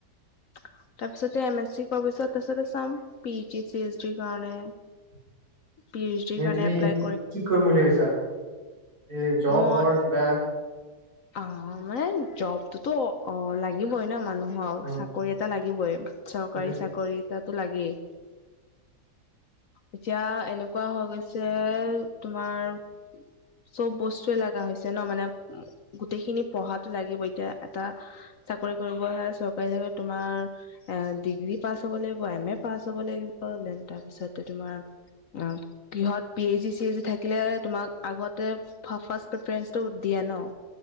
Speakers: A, on the left; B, on the right.
A: তাৰ পিছতে এম এছ চি কৰা পিছত তাৰপিছতে চাম পি জি চি এচ ডিৰ কাৰণে
B: <unintelligible>
A: পি এইচ ডিৰ
B: এ
A: কাৰণে
B: তুমি
A: এপ্লাই
B: কি কৰিম বুলি ভাবিছা এ জবৰ
A: মই
B: কিবা
A: অ মানে জবটোতো অ লাগিবই ন মানুহক
B: অ
A: চাকৰি এটা লাগিবই চৰকাৰী
B: য়েছ
A: চাকৰি এটাতো লাগেই এতিয়া এনেকুৱা হৈ গৈছে তোমাৰ চব বস্তুয়ে লগা হৈছে ন মানে গোটেইখিনি পঢ়াতো লাগিবই এতিয়া এটা চাকৰি কৰিব হয় চৰকাৰী চাকৰি তোমাৰ এ ডিগ্ৰী পাছ হ'ব লাগিব এম এ পাছ হ'ব লাগিব ডেন তাৰ পিছতে তোমাৰ অ গৃহত পি এইচ জি চি এই জি থাকিলে তোমাক আগতে ফাৰ্ষ প্ৰেফাৰেঞ্চটো দিয়ে ন